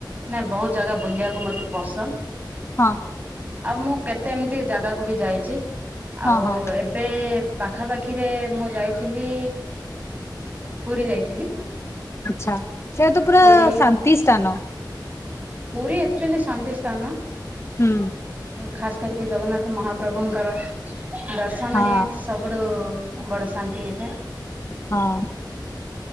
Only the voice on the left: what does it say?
ହଁ।
ହଁ
ହଁ
ଆଚ୍ଛା। ସେରା ତ ପୁରା
ଶାନ୍ତି ସ୍ଥାନ।
ହୁଁ।
ହଁ
ହଁ।